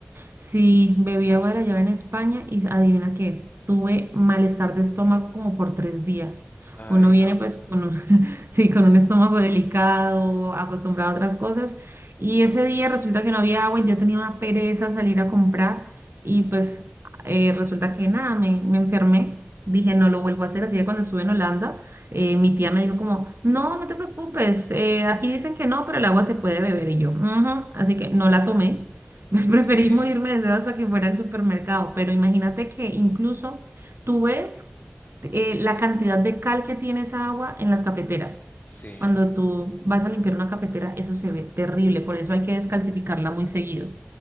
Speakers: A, on the right; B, on the left.
A: Sí, bebí agua de la llave en España y adivina qué, tuve malestar de estómago como por tres días.
B: Ay,
A: Uno viene
B: no.
A: pues con un, <laughs> sí, con un estómago delicado, acostumbrado a otras cosas. Y ese día resulta que no había agua y yo tenía una pereza salir a comprar y pues eh, resulta que nada, me, me enfermé. Dije, no lo vuelvo a hacer. Así que cuando estuve en Holanda, eh, mi tía me dijo como, no, no te preocupes, eh, aquí dicen que no, pero el agua se puede beber y yo. "Ujú". Así que no la tomé. <laughs> Preferimos
B: Sí,
A: irme de seda hasta que fuera al supermercado, pero imagínate que incluso tú ves eh, la cantidad de cal que tiene esa agua en las cafeteras.
B: sí.
A: Cuando tú vas a limpiar una cafetera, eso se ve terrible, por eso hay que descalcificarla muy seguido.